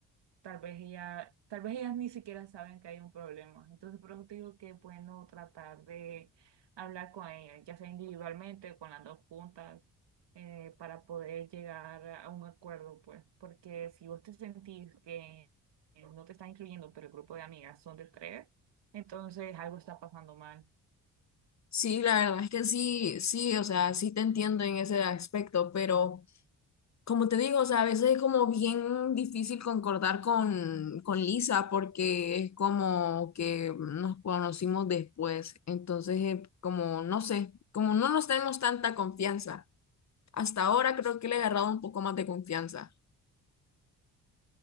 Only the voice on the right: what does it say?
tal vez ella, tal vez ellas ni siquiera saben que hay un problema. Entonces, por eso te digo que es bueno tratar de hablar con ellas, ya sea individualmente, con las dos juntas, eh, para poder llegar a un acuerdo, pues, porque si vos te sentís que eh, no te están incluyendo, pero el grupo de amigas son de tres, entonces algo está pasando mal.